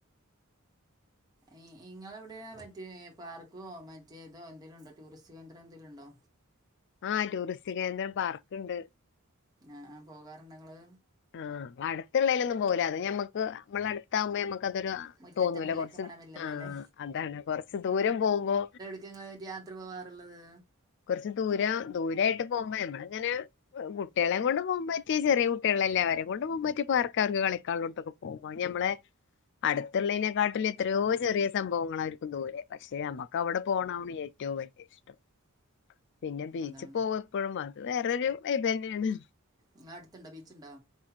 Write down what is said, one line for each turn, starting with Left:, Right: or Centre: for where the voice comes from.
Right: ഈ ഇങ്ങളവിടെ മറ്റേ പാർക്കോ മറ്റേതോ എന്തേലുണ്ടോ ടൂറിസ്റ്റ് കേന്ദ്രന്തേലുണ്ടോ
Left: ആഹ് ടൂറിസ്റ്റ് കേന്ദ്രം പാർക്ക്ണ്ട്
Right: ആഹ് ആഹ് പോകാറുണ്ടൊങ്ങള്
Left: ആഹ് അടുത്ത്ള്ളേലൊന്നും പോവൂല അത് ഞമ്മക്ക് മ്മളെ അടുത്താവുമ്പോ ഞമ്മക്കതൊരു
Right: മുറ്റത്തെ
Left: തോന്നൂല
Right: മുല്ലക്ക്
Left: കൊറച്ച്
Right: മണമില്ലല്ലോ
Left: ആഹ്
Right: അല്ലേ
Left: അതാണ് കൊറച്ച് ദൂരം പോവുമ്പോ
Right: ങ്ങള് യാത്ര പോകാറുള്ളത്
Left: കൊറച്ച് ദൂരം ദൂരായിട്ട് പോവുമ്പോ ഞമ്മളിങ്ങനെ വെറും കുട്ട്യാളെകൊണ്ട് പോവാം പറ്റിയെ ചെറിയ കുട്ട്യാളെല്ലേ അവരെകൊണ്ട് പോവം പറ്റിയെ പാർക്കാർക്ക് കളിക്കോള്ളോട്ത്തൊക്കെ <unintelligible> അയ് ഞമ്മളെ അടുത്ത്ള്ളീനെക്കാട്ടില് എത്രയോ ചെറിയ സംഭവങ്ങളായിരിക്കും ദൂരെ പക്ഷെ അമ്മക്ക് അവിടെ പോണം എ റ്റവും വല്ല്യേ ഇഷ്ടം പിന്നെ ബീച്ച്
Right: അതാണ്
Left: പോവെപ്പഴും അത് വേറൊരു വൈബന്നേണ്
Right: ഇങ്ങളടുത്തുണ്ടോ ബീച്ചുണ്ടോ